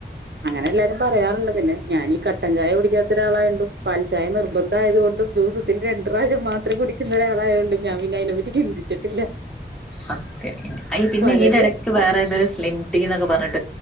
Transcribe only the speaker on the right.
അങ്ങനെ എല്ലാരും പറയാറുണ്ട് പിന്നെ ഞാനീ കട്ടൻ ചായ കുടിക്കാത്തൊരാളായകൊണ്ട് പാൽചായ, നിർബന്ധമായതു കൊണ്ടും, ദിവസം രണ്ടുപ്രാവശ്യം മാത്രേ കുടിക്ക കുടിക്കുന്നയൊരാളായ കൊണ്ട്, ഞാൻപിന്നെയതിനെപ്പറ്റി ചിന്തിച്ചിട്ടില്ല.
പലര്